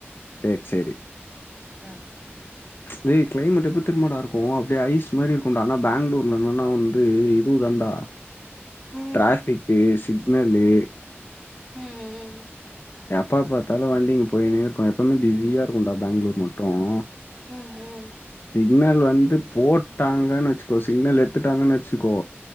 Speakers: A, on the left; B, in the centre.
A: செர் செரி
B: ம்
A: டேய் கிளைமேட் எப்டி தெரிமாட இருக்கும் அப்டியே ஐஸ் மாரி இருக்கும்டா ஆனா பெங்களூர்ல என்னன்னா வந்து இது தா டா
B: ம்
A: டிராபிக்கு சிக்னல்லு
B: ம் ம்
A: எப்பா பாத்தாலும் வண்டிங்க போய்னே இருக்கோ எப்வுமே பிஸியாக இருக்கும் டா பெங்களூர் மட்டும்
B: ம்
A: சிக்னல் வந்து போட் ட்டங்கன்னு வெச்சுக்கோ சிகனல் எத்துட்டாங்கன்னு வெச்சுக்கோ